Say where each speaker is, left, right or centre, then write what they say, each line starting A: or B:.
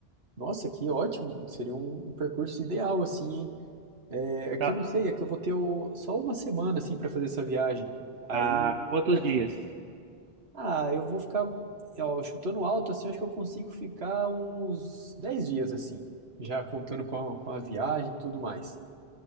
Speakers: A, on the right (about 85°); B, on the right (about 70°).
A: Nossa, que ótimo! Seria um, um percurso ideal, assim, hein? É, é que
B: Tá.
A: eu não sei, é que eu vou ter o- só uma semana, assim, para fazer essa viagem. Aí,
B: Há quantos
A: será que...
B: dias?
A: Ah, eu vou ficar, ó, chutando alto, assim, acho que eu consigo ficar uns 10 dias, assim, já contando com a, com a viagem e tudo mais.